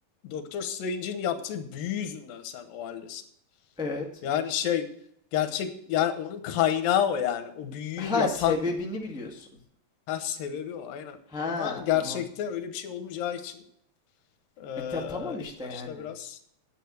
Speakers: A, on the left; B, in the centre.
A: Doktor Strange'in yaptığı büyü yüzünden sen o haldesin.
B: Evet.
A: Yani şey gerçek yani onun kaynağı o yani. O büyüyü
B: Ha
A: yapan
B: sebebini biliyorsun.
A: ha, sebebi o aynen.
B: Ha
A: Ama gerçekte
B: tamam.
A: öyle bir şey olmayacağı için ee,
B: E ta- tamam
A: ilk
B: işte
A: başta
B: yani.
A: biraz